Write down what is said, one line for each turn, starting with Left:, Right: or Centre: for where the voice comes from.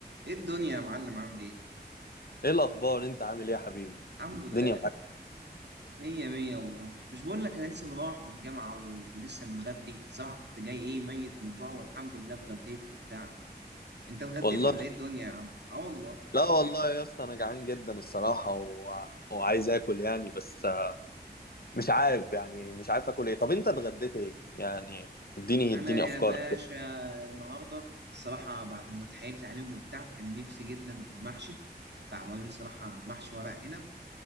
Right: ايه الدنيا يا معلم عامل ايه؟
Left: ايه الاخبار انت عامل ايه يا حبيبي
Right: الحمد لله
Left: الدنيا معاك
Right: مية مية والله مش بقول لك انا لسه مروح من الجامعة و- ولسه متغدي الصراحة كنت جاي ايه ميت من الجوع والحمد لله اتغديت وبتاع انت اتغديت
Left: والله
Right: ولا ايه الدنيا يا عم؟ اه والله
Left: لا والله يا اسطى انا جعان جدا الصراحه و... وعايز اكل يعني بس آه، مش عارف يعني مش عارف اكل ايه طب انت اتغديت ايه يعني اديني
Right: انا
Left: اديني
Right: يا
Left: افكار
Right: باشا
Left: كده
Right: النهاردة الصراحة بعد ما اتحايلت عليهم وبتاع كان نفسي جدا في المحشي فعملوا لي الصراحة محشي ورق عنب